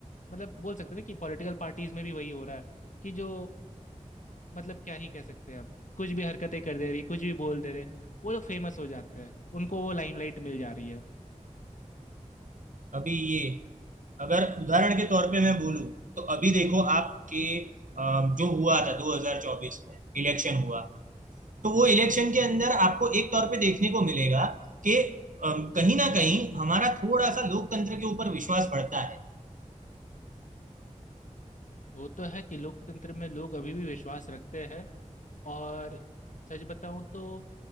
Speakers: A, on the left (about 70°); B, on the right (about 80°).
A: मतलब बोल सकते थे कि पॉलिटिकल पार्टीज में भी वही हो रहा है कि जो मतलब क्या ही कह सकते हैं हम कुछ भी हरकतें कर दे रही कुछ भी बोल दे रहे वो लोग फेमस हो जाते हैं उनको वो लाइमलाइट मिल जा रही है
B: अभी ये अगर उदाहरण के तौर पे मैं बोलूं तो अभी देखो आपके अ, जो हुआ था 2024 में इलेक्शन हुआ तो वो इलेक्शन के अंदर आपको एक तौर पे देखने को मिलेगा कि अम, कहीं ना कहीं हमारा थोड़ा सा लोकतंत्र के ऊपर विश्वास बढ़ता है
A: वो तो है कि लोकतंत्र में लोग अभी भी विश्वास रखते हैं और सच बताऊं तो